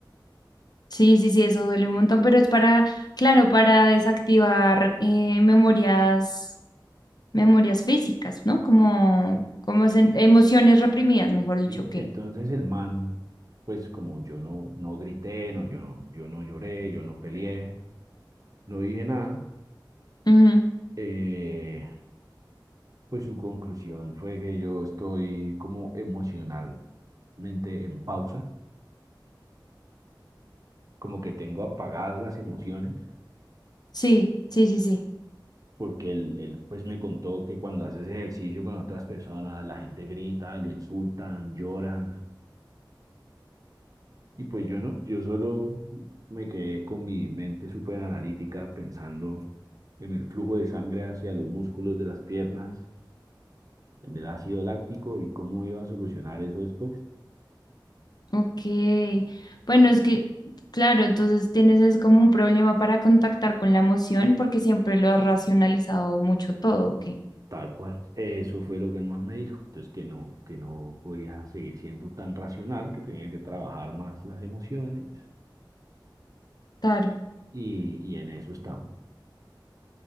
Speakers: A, on the left (about 55°); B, on the right (about 45°).
A: Sí, sí, sí, eso duele un montón, pero es para, claro, para desactivar eh, memorias, memorias físicas, ¿no? Como, como sen- emociones reprimidas, mejor dicho,
B: ¿sí?
A: que.
B: Entonces el man, pues como yo no, no grité, no, yo no, yo no lloré, yo no peleé, no dije nada,
A: Ujú.
B: eh, pues su conclusión fue que yo estoy como emocionalmente en pausa, como que tengo apagadas las emociones.
A: Sí, sí, sí, sí.
B: Porque él, él pues me contó que cuando haces ejercicio con otras personas, la gente grita, lo insultan, lloran, Y pues yo no, yo solo me quedé con mi mente súper analítica pensando en el flujo de sangre hacia los músculos de las piernas, en el ácido láctico y cómo iba a solucionar eso después.
A: Ok, bueno, es que, claro, entonces tienes es como un problema para contactar con la emoción porque siempre lo has racionalizado mucho todo, ¿ok?
B: Tal cual. Eso fue lo que el man me dijo. Entonces que no, que no podía seguir siendo tan racional, que tenía que trabajar más las emociones
A: Claro,
B: y, y en eso estamos.